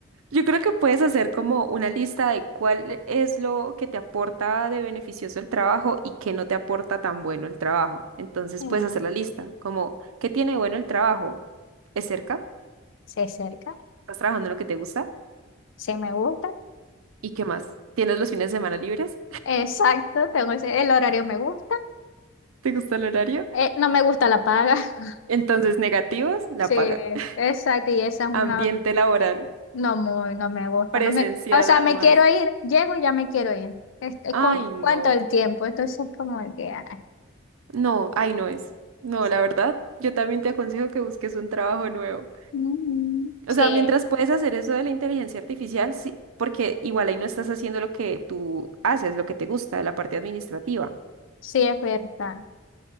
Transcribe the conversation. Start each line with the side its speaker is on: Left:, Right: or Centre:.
Right: Yo creo que puedes hacer como una lista de cuál es lo que te aporta de beneficioso el trabajo y qué no te aporta tan bueno el trabajo. Entonces
Left: eh,
Right: puedes hacer la lista, como, ¿qué tiene de bueno el trabajo? ¿Es cerca?
Left: se cerca,
Right: ¿Estás trabajando en lo que te gusta?
Left: se me gusta.
Right: ¿Y qué más? ¿Tienes los fines de semana libres?
Left: Exacto, tengo ese- el horario me gusta.
Right: <laughs> ¿Te gusta el horario?
Left: Eh, no me gusta la paga. <laughs>
Right: Entonces, negativos, la
Left: Sí,
Right: paga. <laughs>
Left: exacto, y esa es una
Right: Ambiente laboral,
Left: No, muy, no me gusta,
Right: presencial
Left: no me, o sea,
Right: además.
Left: me quiero ir, llego y ya me quiero ir. Este,
Right: Ay,
Left: con
Right: no,
Left: cuánto el tiempo, entonces es como que, ay,
Right: no, ay, no es. No,
Left: sí,
Right: la verdad, yo también te aconsejo que busques un trabajo nuevo.
Left: Mm, sí,
Right: O sea, mientras puedes hacer eso de la inteligencia artificial, sí, porque igual ahí no estás haciendo lo que tú haces, lo que te gusta, la parte administrativa.
Left: sí, es verdad.